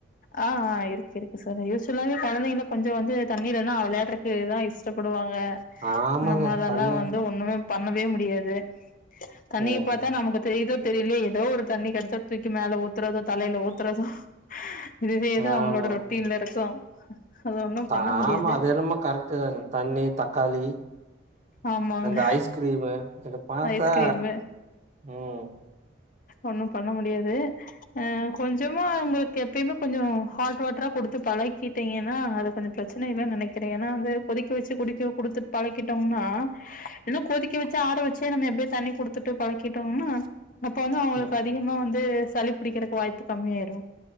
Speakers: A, on the left; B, on the right.
A: ஆ ஆ இருக்கு இருக்கு சார் யூசுவல்லாவே கொழந்தைகன் கொஞ்சோ வந்து தண்ணீலன்னா விளையாட்றக்குதா இஷ்டப்படுவாங்க
B: ஆமாங்க
A: நம்ம அதெல்லா
B: தண்ணி
A: வந்து ஒண்ணுமே பண்ணவே முடியாது தண்ணிய
B: ம்
A: பாத்தா நமக்கு தெரியுதோ தெரியலையே எதோ ஒரு தண்ணி கெடச்சா தூக்கி மேல ஊத்றதோ தலைல ஊத்றதோ இதுவேதா
B: ஆமா
A: அவ்ங்களோட ரொட்டீன்ல இருக்கு அது ஒண்ணு பண்ண
B: ஆமா
A: முடியாது
B: அது என்னமோ கரெக்ட்டு தாங் தண்ணி தக்காளி
A: ஆமாங்க
B: அந்த ஐஸ்கிரீமு இத பாத்தா
A: ஐஸ்கிரீம்
B: ம்
A: ஒண்ணும் பண்ண முடியாது ஆ கொஞ்சமா உங்களுக்கு எப்பயுமே கொஞ்சோ ஹாட் வாட்ரா குடுத்து பழக்கிட்டீங்கனா அது கொஞ்சோ பிரச்சன இல்லைன் நெனைக்றே ஏன்னா வந்து கொதிக்க வச்சு குடிக்க குடுத்துட் பழக்கிட்டோம்னா ஏன்னா கொதிக்க வச்சு ஆற வச்சே நம்ம எப்டியே தண்ணி குடுத்துட்டு பழக்கிட்டோம்னா அப்ப வந்து அவ்ங்களுக்கு
B: ம்
A: அதிகமா வந்து சளி பிடிக்கிறக்கு வாய்ப்பு கம்மியாயிரு